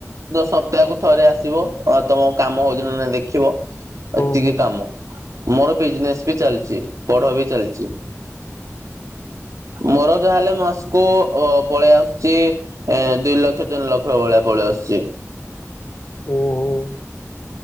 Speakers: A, on the right (about 80°); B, on the left (about 50°).
A: ସପ୍ତାହକୁ ଥରେ ଆସିବ ତମ କାମ ହଉଛି ନା ନାହିଁ ଦେଖିବ ଏତିକି
B: ଓହୋ।
A: କାମ ମୋର ବିଜନେସ ବି ଚାଲିଛି, ପଢା ବି ଚାଲିଛି।
B: ଆ <unintelligible>
A: ମୋର ଯାହାହେଲେ ମାସ କୁ ଅ ପଳେଇ ଆସୁଛି, ଦୁଇ ଲକ୍ଷ ତିନି ଲକ୍ଷ ଭଳିଆ ପଳେଇ ଆସୁଛି।
B: ଓ ହୋ।